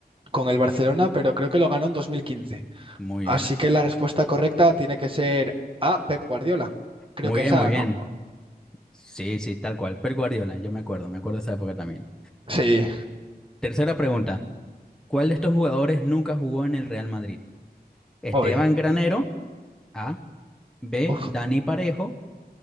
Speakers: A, on the right; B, in the centre.
A: con el Barcelona, pero creo que lo ganó en 2015.
B: Muy
A: Así
B: bien,
A: que la respuesta correcta tiene que ser A, Pep Guardiola. Creo
B: muy
A: que es
B: bien,
A: A,
B: muy bien.
A: ¿no?
B: Sí, sí, tal cual. Pep Guardiola, yo me acuerdo, me acuerdo de esa época también.
A: Sí,
B: Tercera pregunta. ¿Cuál de estos jugadores nunca jugó en el Real Madrid? Esteban
A: hoy.
B: Granero, A. B.
A: Uf,
B: Dani Parejo,